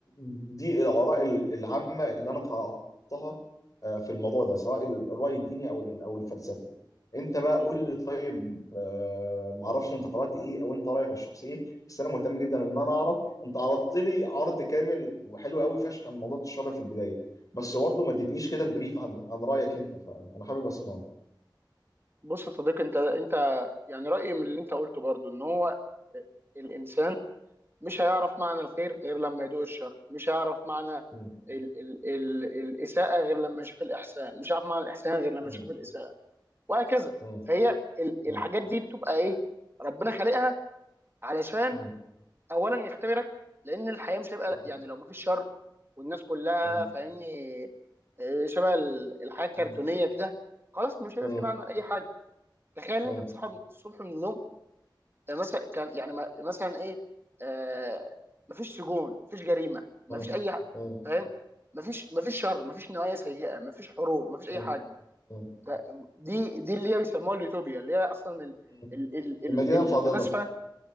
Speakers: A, on the left; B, on the right.
A: دي الاراء ال- العامه اللي انا قراتها آه، في الموضوع ده سواء الراي الديني او ال- او الفلسفي انت بقى
B: مم.
A: قول لي طيب آه، معرفش انت قرات ايه او انت رايك الشخصي ايه بس انا مهتم جدا ان انا اعرف انت عرضت لي عرض كامل وحلو قوي فشخ عن موضوع الشر في البدايه بس برضه ما اديتنيش كده البريف عن عن رايك انت فانا حابب اسمعه
B: بص يا صديقي انت انت يعني رايي من اللي انت قلته برضو ان هو الانسان مش هيعرف معنى الخير غير لما يدوق الشر مش هيعرف معنى
A: م-
B: ال ال ال الاساءه غير لما يشوف الاحسان مش هيعرف معنى الاحسان غير لما
A: م-
B: يشوف الاساءه وهكذا
A: م-
B: فهي ال-
A: م-
B: الحاجات دي بتبقى ايه ربنا خالقها علشان
A: م-
B: اولا يختبرك لان الحياه مش هيبقى
A: م-
B: يعني لو مفيش شر والناس كلها
A: م-
B: فاهمني آه، شبه ال- الحياه الكرتونيه
A: م-
B: كده خلاص مش هيبقى
A: م-
B: في معنى لاي حاجه تخيل
A: م-
B: ان انت
A: م-
B: بتصحى من- الصبح من النوم آه، مثلا كان يعني ما- مثلا ايه آه مفيش سجون مفيش جريمه مفيش
A: م-
B: اي ح-
A: م-
B: فاهم مفيش مفيش شر مفيش نوايا سيئه مفيش حروب مفيش اي
A: م- م-
B: حاجه
A: م-
B: ده دي دي اللي هي بيسموها اليوتوبيا اللي هي اصلا ال
A: م.
B: ال ال ال
A: المدينه
B: الفلاسفه
A: الفاضله